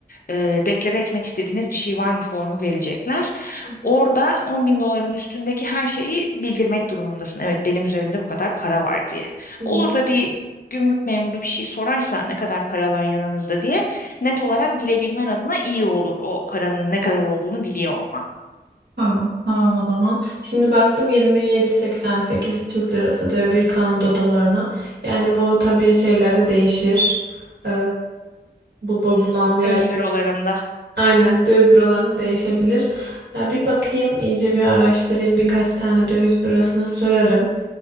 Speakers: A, on the left; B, on the right.
A: Ee, deklare etmek istediğiniz bir şey var mı formu verecekler.
B: hı, hı.
A: Orada 10 bin doların üstündeki her şeyi bildirmek durumundasın. Evet benim üzerimde bu kadar para var diye.
B: hı.
A: Olur da bir gümrük memuru bir şey sorarsa ne kadar para var yanınızda diye net olarak bilebilmen adına iyi olur o paranın ne kadar olduğunu biliyor olman.
B: Tamam. Tamam o zaman. Şimdi baktım 27.88 Türk lirası diyor bir Kanada dolarına. Yani bu tabii şeylerde değişir. Ee, bu bozulan yer.
A: Döviz bürolarında.
B: Aynen döviz bürolarında değişebilir. Ee, bir bakayım iyice bir araştırayım birkaç tane döviz bürosuna sorarım.